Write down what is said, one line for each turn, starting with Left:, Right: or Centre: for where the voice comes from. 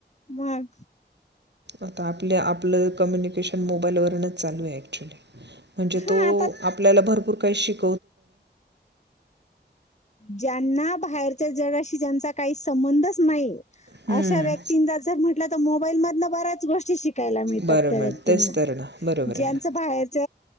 Left: मग
Right: आता आपलं आपलं कम्युनिकेशन मोबाईल वरूनच चालू आहे ऍक्च्युली म्हणजे
Left: हा
Right: तो
Left: आता
Right: आपल्याला भरपूर काही शिक
Left: ज्यांना बाहेरच्या जगाशी ज्यांचा संबंधच नाही
Right: हम्म.
Left: अश्या व्यक्तींना जर म्हटलं तर मोबाईल मदन बऱ्याच गोष्टी शिक यला <unintelligible> मिळतात
Right: बरं
Left: त्या
Right: बरं
Left: व्यक्तींना
Right: तेच तर ना बरोबर
Left: ज्यांच
Right: आहे ना
Left: बाहेरच